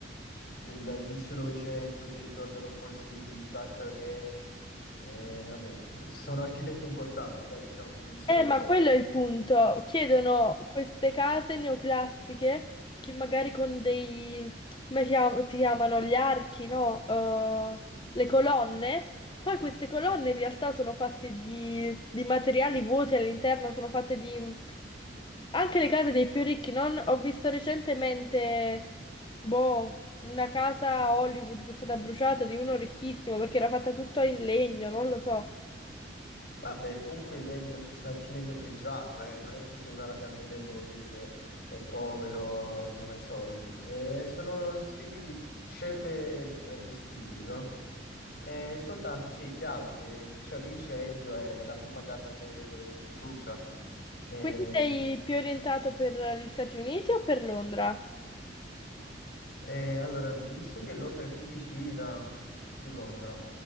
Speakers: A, on the left (about 60°); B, on the left (about 25°).
A: dell'inizio Novecento, che ricordano un po' i stili di Frank Gehry. E, vabbè, sono architetti importanti, dai, diciamo, di inizio
B: Eh,
A: Novecento.
B: ma quello è il punto. Chiedono queste case neoclassiche che magari con dei, come chiam- si chiamano, gli archi, no? Eh, le colonne. Poi queste colonne in realtà sono fatte di, di materiali vuoti all'interno, sono fatte di... Anche le case dei più ricchi, non? Ho visto recentemente, boh, una casa a Hollywood che è stata bruciata di uno ricchissimo perché era fatta tutto in legno, non lo so.
A: Vabbè, comunque il legno ci sta anche il legno pregiato, eh. Non è che se uno ha la casa in legno vuol dire che è povero, non hai soldi. Eh, sono stili di scelte eh, di stili, no? Eh, soltanto sì, è chiaro che se c'è un incendio è la prima casa che, che brucia. Eh,
B: Quindi sei più orientato per gli Stati Uniti o per Londra?
A: Eh, allora, visto che Londra è più vicina, più Londra,